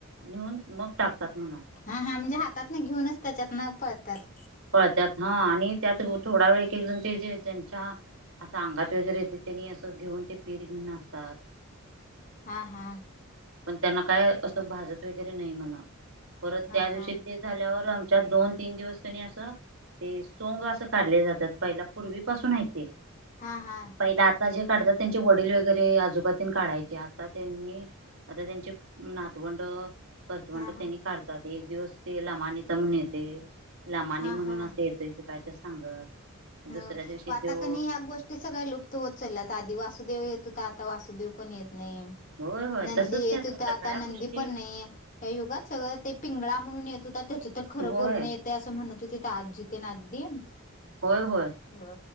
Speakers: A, on the right; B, on the left.
A: नेऊन मग टाकतात म्हणा
B: हा हा म्हणजे हातात ना घेऊनच त्याच्यात ना पळतात
A: पळत्यात हा आणि त्यात थोडा वेळ एकण ते जे ज्यांच्या असं अंगात वगैरे येत त्यांनी असं घेऊन ते पीठ घेऊन असतात
B: हा हा
A: पण त्यांना काय असं भाजत वगैरे नाही म्हणा परत
B: हा
A: त्या दिवशी
B: हा
A: ते झाल्यावर दोन तीन दिवस त्यांनी असं ते सोंग असं काढले जातात पहिला पूर्वीपासून आहे ते
B: हा हा
A: पहिला आता जे काढतात त्यांचे वडील वगैरे आजोबजीून काढायचे आता त्यांनी आता त्यांचे नातवंड परर्तवंड
B: हा हा
A: त्यांनी काढतात, एक दिवस ते ल मानीचा म्हण येते. लामानी
B: हा
A: म्हणून
B: हा
A: असं येतोय ते काय तर सांगत.
B: ह
A: दुसऱ्या दिवशी
B: आता
A: त्यो
B: कनी ह्या गोष्टी सगळ्या लुप्त होत, चालत आधी वासुदेव य, तू तर आता वासुदेव पण येत नाही,
A: होय होय
B: नंदी
A: तसच
B: येत
A: की
B: होत
A: सगळ्या
B: आता नंदी
A: गोष्टी
B: पण नाही, या युगात सगळं ते पिंगळा म्हणून येत होता त्याच्या, तर खरं
A: होय
B: बोलण येते असं म्हणत होते, तर आजी तेे ना आगदी,
A: होय होय
B: हो